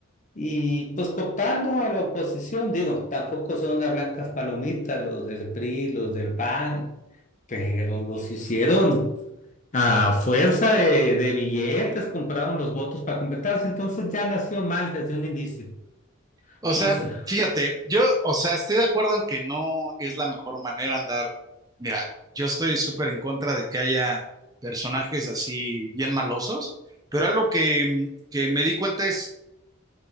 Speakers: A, on the left (about 35°); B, on the right (about 15°).
A: Y pues cooptando a la oposición, digo, tampoco son unas blancas palomitas los del PRI, los del PAN, pero los hicieron a fuerza de, de billetes compraron los votos para completarse, entonces ya nació mal desde un inicio.
B: O sea,
A: No sé,
B: fíjate, yo, o sea, estoy de acuerdo en que no es la mejor manera andar. Mira, yo estoy súper en contra de que haya personajes así bien malosos, pero algo que, mm, que me di cuenta es,